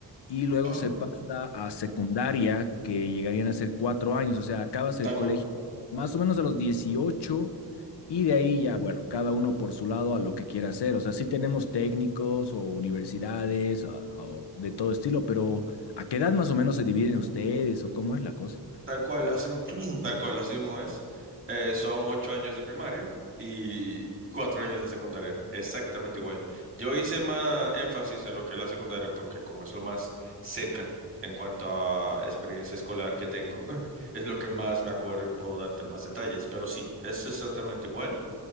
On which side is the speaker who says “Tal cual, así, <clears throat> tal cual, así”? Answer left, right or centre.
Right